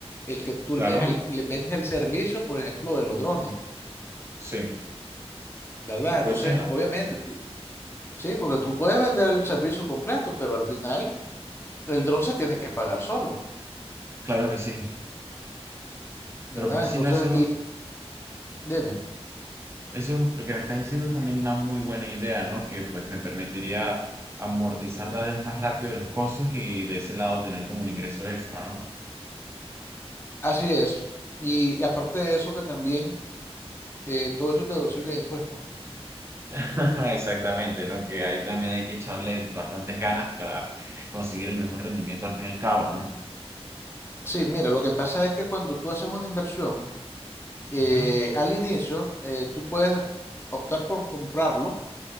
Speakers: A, on the left; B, on the right.
A: el que tú
B: claro.
A: les, al- les vendes el servicio, por ejemplo, de los drones,
B: Sí.
A: ¿verdad?
B: Pues
A: Entonces,
B: sí, ¿no?
A: obviamente, tú, sí, porque tú puedes vender el servicio completo, pero al final el dron se tiene que pagar solo,
B: Claro que sí.
A: ¿verdad?
B: Pero pues
A: Entonces,
B: sí, no, eso,
A: y dime,
B: eso, lo que me estás diciendo es también una muy buena idea, ¿no? Que pues me permitiría amortizar tal vez más rápido los costos y de ese lado tener como un ingreso extra, ¿no?
A: así es. Y, y aparte de eso, que también eh, todo eso es deducible de impuestos.
B: <laughs> Exactamente, ¿no? Que ahí también hay que echarle bastantes ganas para conseguir el mejor rendimiento al fin y al cabo, ¿no?
A: Sí, mira, lo que pasa es que cuando tú haces una inversión, eh,
B: Ajá,
A: al inicio, eh, tú puedes optar por comprarlo